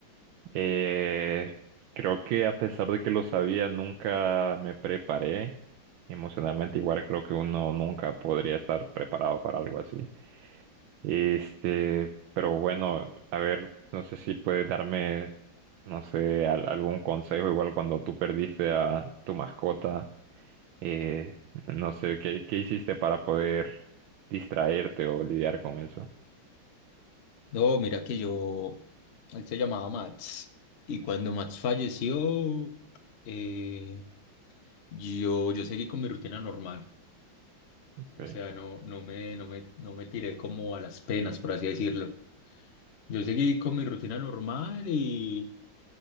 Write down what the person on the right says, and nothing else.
eh, creo que a pesar de que lo sabía, nunca me preparé emocionalmente. Igual creo que uno nunca podría estar preparado para algo así. Este, pero bueno, a ver, no sé si puedes darme no sé, al- algún consejo, igual cuando tú perdiste a tu mascota, eh, no sé, ¿qué, qué hiciste para poder distraerte o lidiar con eso?
Okay.